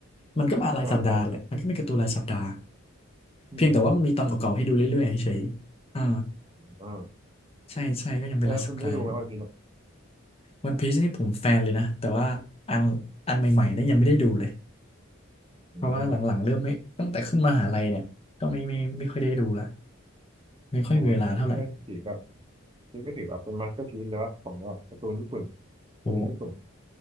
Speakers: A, on the left (about 25°); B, on the right (about 25°).
A: มันก็มารายสัปดาห์แหละมันก็มีการ์ตูนรายสัปดาห์
B: อ่าใช่ใช่อืมอืม
A: เพียงแต่ว่ามันมีตอนเก่าๆให้ดูเรื่อยๆเฉยๆอ่า
B: อ่า
A: ใช่ใช่ก็ยังเป็นรายสัปดาห์อยู่
B: แล้วคุณได้ดูไหมวันพีซอ่ะ
A: วันพีชนี่ผมแฟนเลยนะแต่ว่าอันอันใหม่ๆนี่ยังไม่ได้ดูเลย เพราะว่าหลังๆเริ่มไม่ตั้งแต่ขึ้นมหาลัยเนี่ยก็ไม่ไม่ไม่ค่อยได้ดูละ
B: อืม
A: ไม่ค่อยมีเวลาเท่าไหร่
B: ของวันพีซนี่ก็ถือแบบนี่ก็ถือแบบเป็นมาสเตอร์พีซเลยว่าของแบบการ์ตูนญี่ปุ่นตัวหนึ่งญี่ปุ่น
A: โอ้